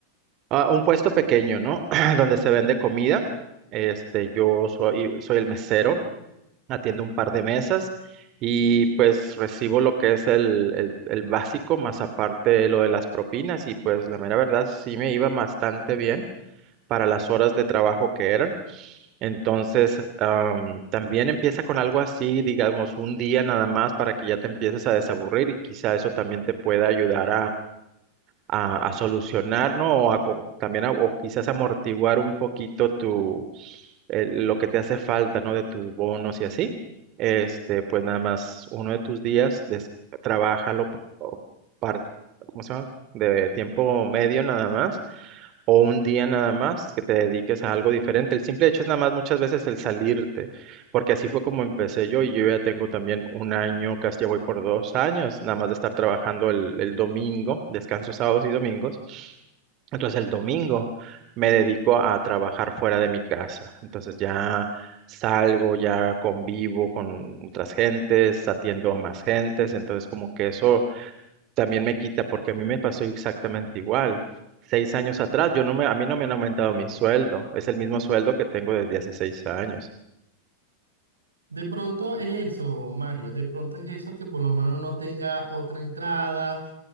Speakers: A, on the right (about 35°); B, on the right (about 75°).
A: ah, un puesto pequeño, ¿no? <clears throat> Donde se vende comida. Este, yo soy, soy el mesero, atiendo un par de mesas y pues recibo lo que es el, el, el básico, más aparte lo de las propinas y pues la mera verdad sí me iba bastante bien para las horas de trabajo que eran. Entonces, am, también empieza con algo así, digamos, un día nada más para que ya te empieces a desaburrir y quizá eso también te pueda ayudar a, a solucionar, ¿no? O a, co- también a- o quizás amortiguar un poquito tu, eh, lo que te hace falta, ¿no? De tus bonos y así. Este, pues nada más uno de tus días, des- trabájalo p- o par- ¿cómo se llama? De tiempo medio nada más o un día nada más que te dediques a algo diferente. El simple hecho es nada más muchas veces el salirte porque así fue como empecé yo y yo ya tengo también un año, casi ya voy por dos años, nada más de estar trabajando el, el domingo, descanso sábados y domingos. Entonces el domingo me dedico a trabajar fuera de mi casa. Entonces ya salgo, ya convivo con otras gentes, atiendo a más gentes. Entonces como que eso también me quita porque a mí me pasó exactamente igual. Seis años atrás, yo no me, a mí no me han aumentado mi sueldo. Es el mismo sueldo que tengo desde hace seis años.
B: De pronto es eso, Mario, de pronto es eso que por lo menos no tenga otra entrada